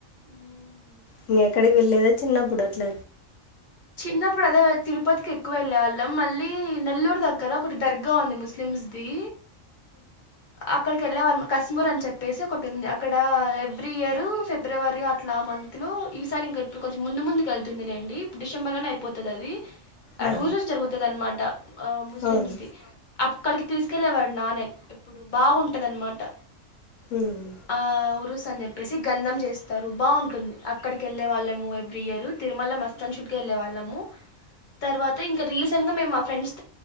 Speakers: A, on the left; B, on the left.
A: మ్మ్
B: ఇంక ఎక్కడికి వెళ్ళలేదా చిన్నప్పుడు అట్ల
A: చిన్నప్పుడు అదే తిరుపతికి ఎక్కువ వెళ్ళేవాళ్ళం మళ్ళీ నెల్లూరు దగ్గర ఒకటి దర్గా ఉంది ముస్లిం స్లిమ్స్ ది అక్కడికి వెళ్ళే వాళ్ళ కశమూర్ అని చెప్పేసి ఒకటి ఉంది అక్కడ ఎవ్రీ ఇయర్ ఫిబ్రవరి అట్లా మంత్ లో ఈసారి ఇం ఇప్పుడు కొంచెం ముందు ముందుకు వెళ్తుందిలేండి డిసెంబర్ లోనే అయిపోతుది అది ఆ
B: ఆహా
A: ఊజోజ జరుగుతుంది అనమాట ఆ ముస్లిం
B: అవును
A: ది అక్కడికి తీసుకెళ్ళలేవాడు నాన్న ఎప్పుడు బాగుంది అన్నమాట
B: ఉమ్.
A: ఆ అని చెప్పేసి గంధం చేస్తారు బాగుంటుంది అక్కడికి వెళ్ళలే వాళ్ళము ఎవ్రీ ఇయర్ తిరుమలకి వస్తు వెళ్ళ వాళ్ళము తర్వా ఇంకా రసెంట్ గా నే ఫ్రెండ్స్